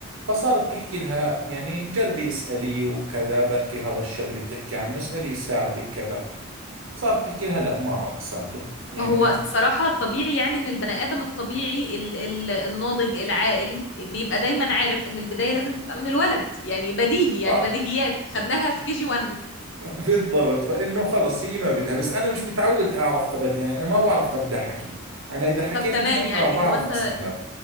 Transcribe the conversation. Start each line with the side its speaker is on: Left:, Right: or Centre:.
Right: فصارت تحكي لها يعني جربي اسالي وكذا بركي هذا الشاب اللي بتحكي عنه اسالي يساعدك كذا صارت تحكي لها لا ما راح اساعده يعني
Left: هو
Right: حق
Left: الصراحة الطبيعي يعني إن البني آدم الطبيعي ال ال الناضج العاقل بيبقى دايما عارف إن البداية لازم تبقى من الولد يعني بديهي يعني
Right: صح
Left: بديهيات خدناها في كي جي 1
Right: بالضبط فانه خلص هي ما بدها بس انا مش متعود اعرف ابدا يعني انا ما بعرف ابدا حكي انا اذا حكيت
Left: طب تمام
Right: معك
Left: يعني
Right: اه بعرف
Left: هو أنت
Right: استمر